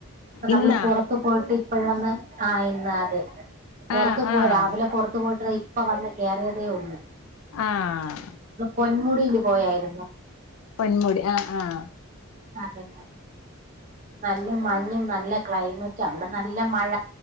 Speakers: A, on the right; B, on the left.
A: നമ്മള്
B: ഇന്നാ
A: പുൊറത്ത പോയിട്ട് എപ്പോഴ വന്ന് ആ ഇന്ന് അതെ പുറത്ത്ു
B: ആഹ്
A: പോയി
B: ആഹ്
A: രാവിലെ പുറത്തു പോയിട്ട് ഇപ്പൊ വന്ന് കേയറിയതേ ഒന്ന്
B: ആഹ്
A: പൺ മുടില്ല പോയായിരുന്നു
B: പെൺമുടി ആഹ് ആഹ
A: അതെ നല്ല മഞ്ഞും നല്ല ക്ലൈമറ്റ് അവിടെ നല്ല മഴ